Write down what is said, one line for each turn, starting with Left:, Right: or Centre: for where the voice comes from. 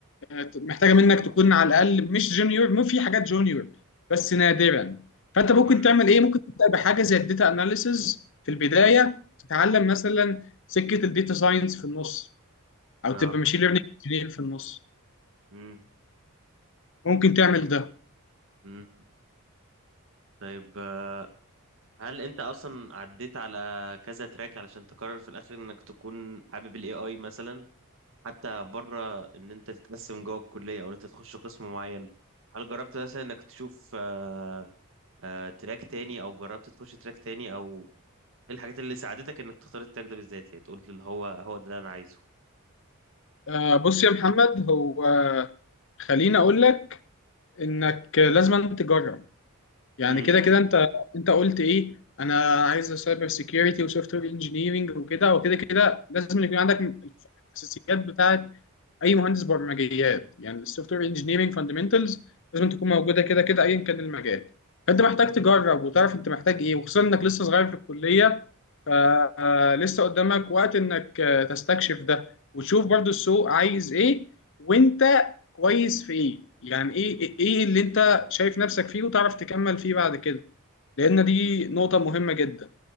Left: آه، محتاجه منك تكون على الاقل مش جونيور مو في حاجات جونيور بس نادرا فانت ممكن
Right: امم
Left: تعمل ايه ممكن تبدا بحاجه زي الداتا اناليسز في البدايه تتعلم مثلا سكه الداتا ساينس في النص او
Right: اه
Left: تبقى ماشين ليرنينج في النص
Right: امم
Left: ممكن تعمل
Right: يعني
Left: ده
Right: امم طيب آه، هل انت اصلا عديت على كذا تراك علشان تقرر في الاخر انك تكون حابب الاي اي مثلا حتى بره ان انت تتقسم جوه الكليه او ان انت تخش قسم معين هل جربت مثلا انك تشوف آه، آه، تراك تاني او جربت تخش تراك تاني او ايه الحاجات اللي ساعدتك انك تختار التراك ده بالذات يعني تقول اللي هو هو ده اللي انا عايزه
Left: آه، بص يا محمد هو خليني اقول لك انك لازم أن تجرب يعني
Right: امم
Left: كده كده انت انت قلت ايه انا عايز سايبر سيكيورتي وسوفت وير انجينيرنج وكده وكده كده لازم يكون عندك الاساسيات بتاعه اي مهندس برمجيات يعني السوفت وير انجينيرنج فاندمنتالز لازم تكون موجوده كده كده ايا كان المجال فانت محتاج تجرب وتعرف انت محتاج ايه وخصوصا انك لسه صغير في الكليه فلسه قدامك وقت انك آه، تستكشف ده وتشوف برضو السوق عايز ايه وانت كويس في ايه يعني ايه ايه إيه اللي انت شايف نفسك فيه وتعرف تكمل فيه بعد كده لان دي نقطة مهمة جدا